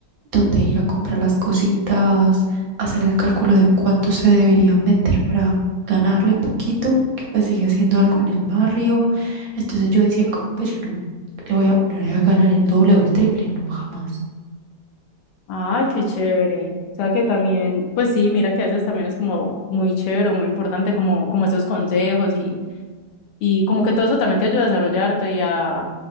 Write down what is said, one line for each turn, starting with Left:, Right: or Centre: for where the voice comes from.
Right: dónde ir a comprar las cositas, hacer el cálculo de en cuánto se deberían vender para ganarle poquito, porque pues sigue haciendo algo en el barrio. Entonces yo decía, como pues yo no le voy a poner ahí a ganar el doble o el triple, no jamás.
Left: Ay, qué chévere. O sea que también, pues sí, mira que a veces también es como muy chévere, muy importante como, como esos consejos y, y como que todo eso también te ayuda a desarrollarte y a